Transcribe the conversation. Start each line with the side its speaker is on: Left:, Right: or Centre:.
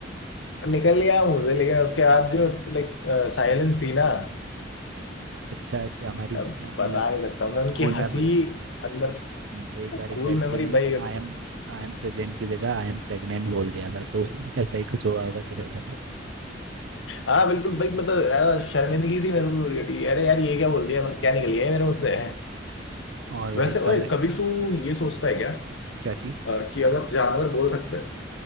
Left: निकल लिया मुझे लेकिन उसके बाद जो लाइक साइलेंस थी ना
Right: अच्छा ज- हमारी इस,
Left: अब बता
Right: इस
Left: नहीं सकता मैं उनकी
Right: स्कूल में
Left: हंसी
Right: पूरी
Left: अंदर
Right: हम्म, एक बार
Left: स्कूल
Right: एक लड़की
Left: मेमोरी
Right: ने
Left: भाई
Right: I am I am present की जगह आई एम प्रेग्नेंट बोल दिया था तो ऐसा ही कुछ हुआ होगा तेरे साथ
Left: हाँ बिल्कुल भाई मतलब यार, शर्मिंदगी सी महसूस हो रही होती है अरे यार ये क्या बोल दिया मतलब क्या निकल गया ये मेरे मुंह से
Right: और भाई
Left: वैसे
Right: कल
Left: ओए कभी तू ये सोचता है क्या
Right: क्या चीज
Left: अ, कि अगर जानवर बोल सकते हैं